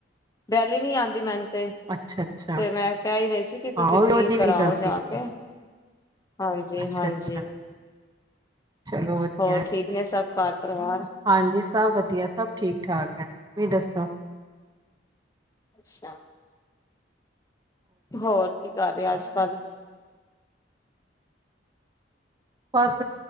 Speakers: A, on the left; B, on the right.
A: ਵੈਲ ਈ ਨੀ ਆਦੀ ਮੈਨ ਤੇ
B: ਅੱਛਾ ਅੱਛਾ
A: ਤੇ ਮੈਂ ਕਹਿ ਈ ਰਹੀ ਸੀ, ਕਿ ਤੁਸੀਂ
B: ਹਾਂ ਉਹ
A: ਠੀਕ
B: ਉਹਦੀ
A: ਕਰਾਓ
B: ਵੀ ਗਲਤੀ
A: ਜਾ ਕੇ ਹਾਂਜੀ,
B: ਅੱਛਾ
A: ਹਾਂਜੀ।
B: ਅੱਛਾ ਚਲੋ ਵਧੀਆ
A: ਹੋਰ
B: ਹੈ।
A: ਠੀਕ ਨੇ ਸਭ ਘਰ ਪਰਿਵਾਰ?
B: ਹਾਂਜੀ ਸਭ ਵਧੀਆ ਸਭ ਠੀਕ-ਠਾਕ ਐ ਤੁਸੀ ਦੱਸੋ?
A: ਅੱਛਾ। ਹੋਰ ਕੀ ਕਰ ਰੇ ਆੱਜ-ਕਾੱਲ?
B: ਬਸ,